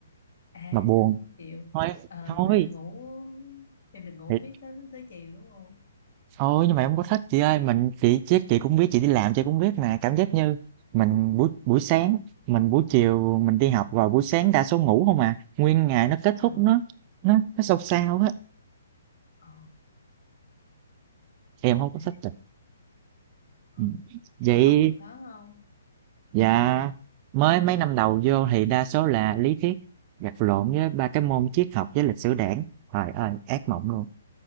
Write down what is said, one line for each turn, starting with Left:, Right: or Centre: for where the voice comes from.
Left: À
Right: mà
Left: <laughs>
Right: buồn
Left: một chiều.
Right: thôi
Left: Ờ
Right: thôi
Left: vậy là em ngủ em được ngủ
Right: thì,
Left: miết tới tới chiều đúng không?
Right: thôi nhưng mà em không có thích chị ơi mình chị chứ chị cũng biết chị đi làm chị cũng biết mà cảm giác như mình buổi buổi sáng mình buổi chiều mình đi học rồi buổi sáng đa số ngủ không à nguyên ngày nó kết thúc
Left: Ờ
Right: nó nó nó sâu sao á
Left: ờ
Right: em không có
Left: ê,
Right: thích
Left: ờ
Right: Ừm, vậy
Left: nhưng mà học là khó không?
Right: dạ mới mấy năm đầu vô thì đa số là lý thuyết gặt lộn với ba cái môn triết học với lịch sử đảng trời ơi ác mộng
Left: Ờ
Right: luôn